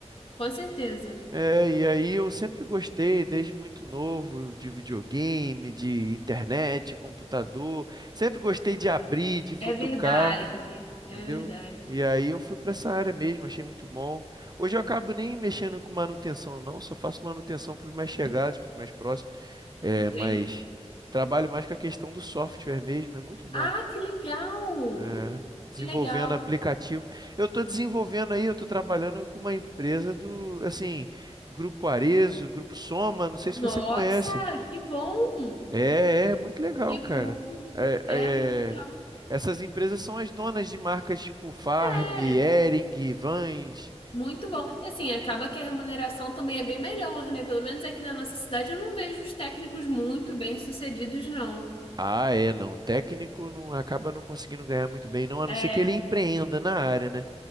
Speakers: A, on the left; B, on the right.
A: Com certeza.
B: É, e aí eu sempre gostei, desde muito novo, de videogame, de internet, computador. Sempre gostei de abrir, de futucar,
A: É verdade. É
B: entendeu?
A: verdade.
B: E aí eu fui para essa área mesmo, achei muito bom. Hoje eu acabo nem mexendo com manutenção, não, só faço manutenção para os mais chegados, para os mais próximos. É,
A: Entendi.
B: mas trabalho mais com a questão do software mesmo, é muito bom.
A: Ah, que legal!
B: É, desenvolvendo
A: Que legal!
B: aplicativo. Eu estou desenvolvendo aí, eu estou trabalhando com uma empresa do, assim, Grupo Arezo, Grupo Soma, não sei
A: Nossa,
B: se você conhece.
A: que bom!
B: É, é muito legal,
A: Que
B: cara.
A: bom!
B: É,
A: É muito legal.
B: é, essas empresas são as donas de marcas tipo Farm,
A: É.
B: Hering, Vans.
A: Muito bom. E assim, acaba que a remuneração também é bem melhor, né? Pelo menos aqui na nossa cidade eu não vejo os técnicos muito bem-sucedidos, não.
B: Ah, é, não. Técnico não acaba não conseguindo ganhar muito bem, não, a
A: É,
B: não ser que ele empreenda na área, né?